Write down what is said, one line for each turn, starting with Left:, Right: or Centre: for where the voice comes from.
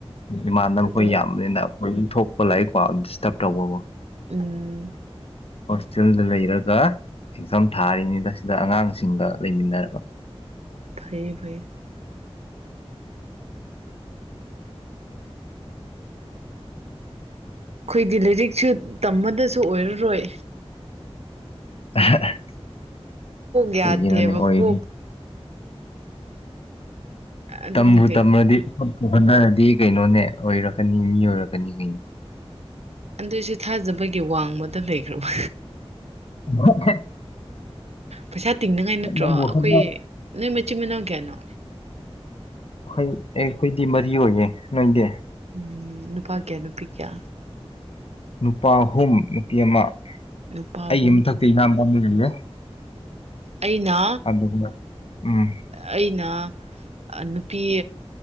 Left: ꯏꯃꯥꯟꯅꯕ
Right: ꯑꯗꯣ
Left: ꯈꯣꯏ ꯌꯥꯝꯕꯅꯤꯅ ꯑꯗꯨꯝ ꯊꯣꯛꯄ ꯂꯥꯏꯔꯤꯛ ꯄꯥꯕ ꯇꯞ ꯇꯧꯕꯕꯣ
Right: ꯎꯝ
Left: ꯁꯛꯆꯨꯋꯦꯜꯗ ꯂꯩꯔꯒ ꯑꯦꯛꯖꯥꯝ ꯊꯥꯔꯤꯅꯤꯗ ꯁꯤꯗ ꯑꯉꯥꯡꯁꯤꯡꯒ ꯂꯩꯃꯤꯟꯅꯔꯕ
Right: ꯐꯩꯌꯦ ꯐꯩꯌꯦ ꯑꯩꯈꯣꯏꯗꯤ ꯂꯥꯏꯔꯤꯛꯁꯨ ꯇꯝꯃꯗꯁꯨ ꯑꯣꯏꯔꯔꯣꯏ
Left: <inaudible>
Right: ꯌꯥꯗꯦꯕ
Left: ꯀꯩꯒꯤꯅꯣꯅꯦ ꯑꯣꯏ
Right: ꯀꯣꯛ ꯑꯗꯨꯅ
Left: ꯇꯝꯕꯨ
Right: ꯀꯩ
Left: ꯇꯝꯃꯗꯤ ꯍꯣꯠꯅꯔꯗꯤ ꯀꯩꯅꯣꯅꯦ ꯑꯣꯏꯔꯛꯀꯅꯤ ꯃꯤ ꯑꯣꯏꯔꯛꯀꯅꯤ ꯀꯩꯅꯣ
Right: ꯑꯗꯨꯏꯁꯨ ꯊꯥꯖꯕꯒꯤ ꯋꯥꯡꯃꯗ ꯂꯩꯈ꯭ꯔꯕ
Left: ꯍ
Right: ꯄꯩꯁꯥ ꯇꯤꯡꯅꯤꯉꯥꯏ ꯅꯠꯇ꯭ꯔꯣ
Left: ꯅꯪꯕꯨ
Right: ꯑꯩꯈꯣꯏ
Left: ꯍꯣꯠꯅ
Right: ꯅꯣꯏ ꯃꯆꯤꯟ ꯃꯅꯥꯎ ꯀꯌꯥꯅꯣ
Left: ꯑꯈꯣꯏ ꯑꯦ ꯑꯩꯈꯣꯏꯗꯤ ꯃꯔꯤ ꯑꯣꯏꯌꯦ ꯅꯣꯏꯗꯤ
Right: ꯎꯝ ꯅꯨꯄꯥ ꯀꯌꯥ ꯅꯨꯄꯤ ꯀꯌꯥ
Left: ꯅꯨꯄꯥ ꯑꯍꯨꯝ ꯅꯨꯄꯤ ꯑꯃ
Right: ꯅꯨꯄꯥ ꯑꯍꯨꯝ
Left: ꯑꯩ ꯌꯨꯝꯊꯛꯇ ꯏꯌꯥꯝꯕ ꯑꯃ ꯂꯩꯌꯦ
Right: ꯑꯩꯅ
Left: ꯑꯗꯨꯒ ꯎꯝ
Right: ꯑꯩꯅ ꯅꯨꯄꯤ